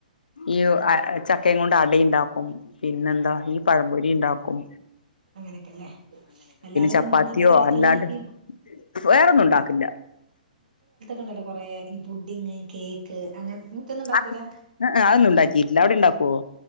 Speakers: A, on the left (about 75°); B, on the right (about 70°).
A: ഈ ഒ അ അ ചക്കയും കൊണ്ട് അട ഉണ്ടാക്കും. പിന്നെന്താ ഈ പഴംമ്പൊരി ഇണ്ടാ ക്കും.
B: അങ്ങനെയൊക്കെയല്ലെ, അല്ലാതെ
A: ചപ്പാത്തിയോ
B: ഇന്നത്തെ കാലത്തുള്ള
A: അല്ലാണ്ട്
B: ഈ
A: വേറൊന്നും ഉണ്ടാക്കില്ല.
B: ണ്ടല്ലോ കുറേ ഈ പുുഡിങ്, കേക്ക് അങ്ങനെ ഇങ്ങക്കൊന്നും ഇണ്ടാക്കൂല
A: അത് ഏഹ് ഏഹ് അതൊന്നും ഉണ്ടാക്കിട്ടില്ല അവിടെ ഉണ്ടാക്കുവോ